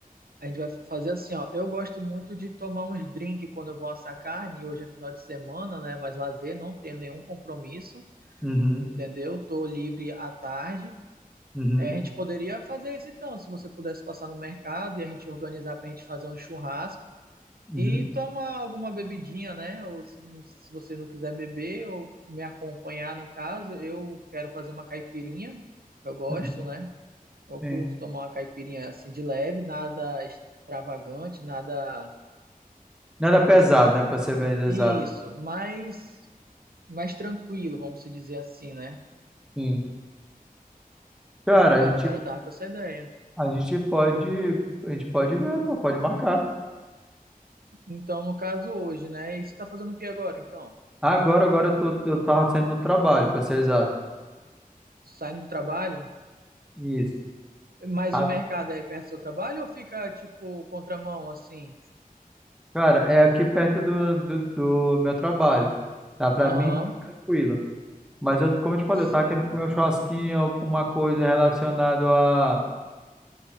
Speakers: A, on the right (about 90°); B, in the centre.
A: a gente vai fazer assim, ó. Eu gosto muito de tomar uns drinks quando eu vou assar carne, e hoje é final de semana, né? Mas lazer, não tenho nenhum compromisso,
B: Uhum,
A: entendeu? Tô livre à tarde.
B: uhum,
A: É, a gente poderia fazer isso então, se você pudesse passar no mercado e a gente organizar para a gente fazer um churrasco
B: uhum,
A: e tomar alguma bebidinha, né? Ou se, se você não quiser beber ou me acompanhar no caso, eu quero fazer uma caipirinha. Eu gosto,
B: uhum,
A: né? Eu
B: sim.
A: curto tomar uma caipirinha assim de leve, nada extravagante, nada
B: Nada pesado, né, pra ser bem exato.
A: isso, mais mais tranquilo, vamos se dizer assim, né?
B: Sim. Cara,
A: Então,
B: a gente,
A: cara, eu tava com essa ideia.
B: a gente pode, a gente pode ver, pô, pode marcar.
A: Então, no caso hoje, né? E você tá fazendo o que agora, então?
B: Agora, agora eu tô, eu tava saindo do trabalho, para ser exato.
A: saindo do trabalho?
B: Isso.
A: Mas
B: A-
A: o mercado é perto do seu trabalho ou fica, tipo, contramão, assim?
B: cara, é aqui perto do, do, do meu trabalho. Dá pra
A: Aham,
B: mim, tranquilo. Mas eu, como eu te falei,
A: sim.
B: eu tava querendo comer um churrasquinho, alguma coisa relacionada a,